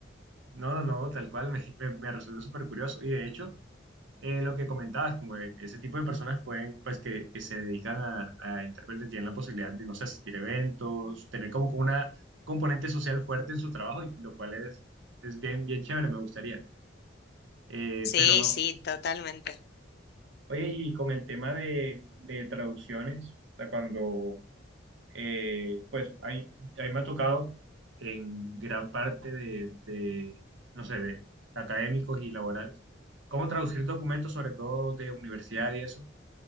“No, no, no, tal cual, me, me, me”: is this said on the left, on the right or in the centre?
Right